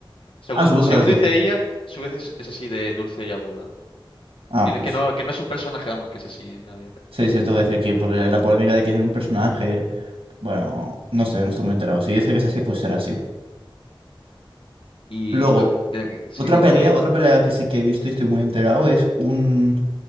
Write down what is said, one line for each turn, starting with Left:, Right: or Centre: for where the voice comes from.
Left: Según,
Right: Ah, su voz
Left: según
Right: era así.
Left: dice ella, su voz es, es así de dulce y aguda.
Right: Ah,
Left: Que no,
Right: pues.
Left: que no, que no es un personaje, vamos, que es así en la vida real.
Right: Sí, sí, esto voy a decir que por eh, la polémica de que es un personaje. Bueno, no sé, no estoy muy enterado. Si dice que es así, pues será así.
Left: Y
Right: Luego,
Left: lo que- de- sí,
Right: otra
Left: dime,
Right: pelea,
Left: dime.
Right: otra pelea que sí que he visto y estoy muy enterado es un